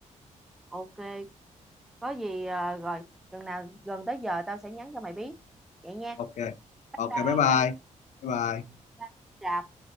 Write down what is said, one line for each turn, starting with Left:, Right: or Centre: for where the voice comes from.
Centre: ok có gì à, rồi chừng nào gần tới giờ tao sẽ nhắn cho mày biết vậy nha
Left: Ok. Ok
Centre: bye
Left: bye bye. Bye bye.
Centre: Bye. Rạp.